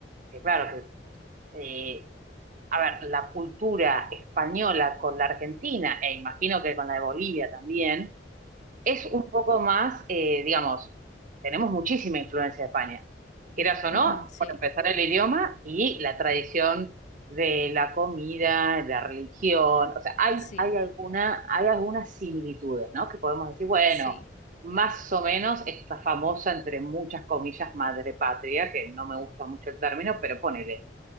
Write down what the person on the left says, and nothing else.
ujú, ujú, sí,
sí,
sí.